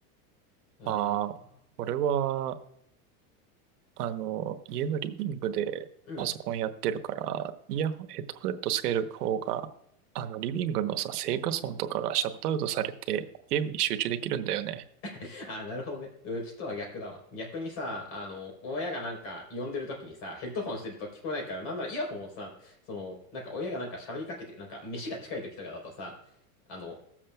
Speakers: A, on the left; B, on the right.
A: ああ
B: まあ、これは、あの、家のリビングでパソコンやってるから、
A: うん。
B: イヤホン、ヘッドホンつける方が、あの、リビングのさ、生活音とかがシャットアウトされて、ゲームに集中できるんだよね。
A: <laughs> あ、なるほどね。うちとは逆だわ。逆にさ、あの、親がなんか呼んでる時にさ、ヘッドホンしてると聞こえないから、なんならイヤホンをさ、その、なんか親がなんか喋りかけて、なんか飯が近い時とかだとさ、あの、